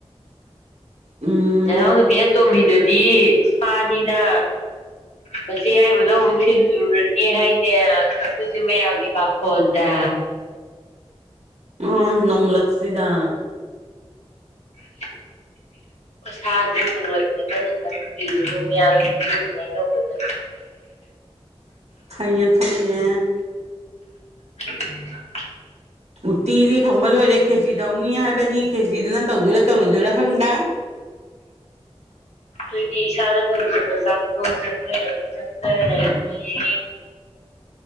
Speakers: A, on the right; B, on the left.
A: ꯎꯝ
B: ꯅꯅꯥꯎ ꯅꯨꯄꯤ ꯑꯇꯣꯝꯕꯤꯗꯨꯗꯤ ꯁꯥꯅꯤꯅ ꯃꯆꯦ ꯌꯥꯏꯕꯗꯣ ꯑꯃꯨꯛ ꯊꯤꯜꯂꯨꯔꯅꯤ ꯍꯥꯏꯅꯦ ꯑꯗꯨꯁꯨ ꯃꯌꯥꯝꯒꯤ ꯄꯥꯈꯣꯟꯗ
A: ꯎꯝ ꯅꯣꯡꯂꯛꯁꯤꯗ
B: <unintelligible> ꯑꯣꯁꯥꯗꯤ ꯃꯤꯡꯂꯣꯏꯕꯤ ꯑꯃꯅꯤ ꯈꯟꯗꯦꯌꯦ ꯃꯣꯏ ꯃꯌꯥꯝꯒꯤ ꯄꯤꯅꯤꯉꯥꯏ ꯇꯧꯕꯗ
A: ꯐꯩꯌꯦ ꯐꯩꯌꯦ
B: ꯆ <inaudible>
A: ꯎꯇꯤꯗꯤ ꯊꯣꯡꯕ ꯂꯣꯏꯔꯦ ꯈꯦꯖꯤ ꯇꯧꯅꯤ ꯍꯥꯏꯕꯅꯤ ꯈꯦꯖꯤꯗꯨꯅ ꯇꯧꯗꯣꯏꯔꯥ ꯇꯧꯔꯣꯏꯗꯣꯏꯔꯥ ꯈꯪꯗꯦ
B: ꯑꯩꯈꯣꯏꯗꯤ ꯏꯁꯥꯅ ꯊꯣꯡꯖꯕ ꯆꯥꯛꯇꯣꯡ ꯆꯥꯖꯔꯒ ꯆꯠꯖꯔꯀꯦ